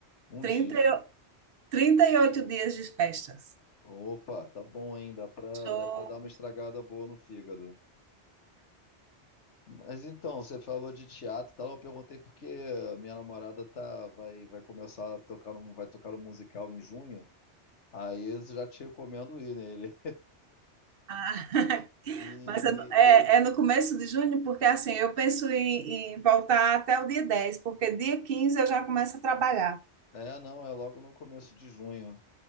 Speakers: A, on the left (about 85°); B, on the right (about 60°).
A: Um
B: trinta,
A: dia.
B: trinta e oito dias de festas.
A: Opa, tá bom, hein? Dá pra,
B: Show.
A: dá pra dar uma estragada boa no fígado. Mas então, você falou de teatro e tal, eu perguntei porque minha namorada tá, vai, vai começar a tocar um, vai tocar um musical em junho, aí eu já te recomendo ir nele.
B: Ah, <laughs>
A: E
B: mas é, no é- é no começo de junho, porque assim, eu penso em, em voltar até o dia 10 porque dia 15 eu já começo a trabalhar.
A: é, não, é logo no começo de junho.